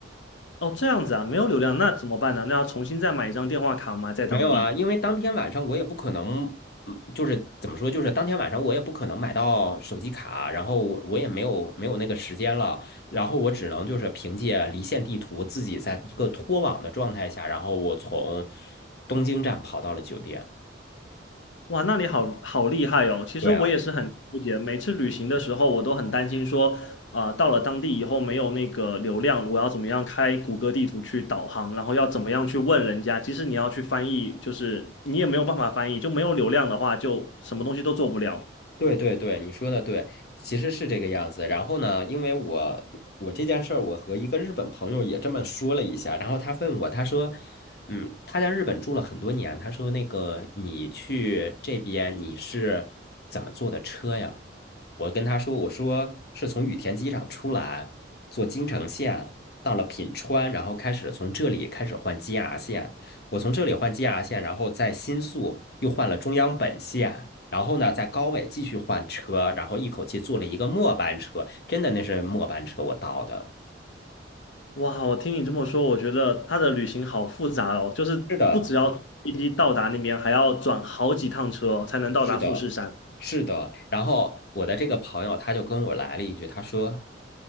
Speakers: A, on the left (about 80°); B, on the left (about 55°).
A: 哦，这样子啊，没有流量，那怎么办呢？那要重新再买一张电话卡吗？在当地？
B: 没有啊，因为当天晚上我也不可能，嗯，就是怎么说，就是当天晚上我也不可能买到手机卡，然后我我也没有没有那个时间了，然后我只能就是凭借离线地图自己在一个脱网的状态下，然后我从东京站跑到了酒店。
A: 哇，那你好好厉害哦！其实我也是很纠结，
B: 对啊。
A: 每次旅行的时候，我都很担心说，啊、到了当地以后没有那个流量，我要怎么样开谷歌地图去导航，然后要怎么样去问人家。即使你要去翻译，就是你也没有办法翻译，就没有流量的话，就什么东西都做不了。
B: 对对对，你说的对，其实是这个样子。然后呢，因为我我这件事儿，我和一个日本朋友也这么说了一下，然后他问我，他说，嗯，他在日本住了很多年，他说那个你去这边你是怎么坐的车呀？我跟他说，我说是从羽田机场出来，坐京成线到了品川，然后开始从这里开始换 JR 线。我从这里换 JR 线，然后在新宿又换了中央本线，然后呢在高尾继续换车，然后一口气坐了一个末班车，真的那是末班车我到的。
A: 哇，我听你这么说，我觉得他的旅行好复杂哦，就是不只要飞机到达那边，
B: 是的，
A: 还要转好几趟车才能到达富士山。
B: 呃，是的。然后我的这个朋友他就跟我来了一句，他说。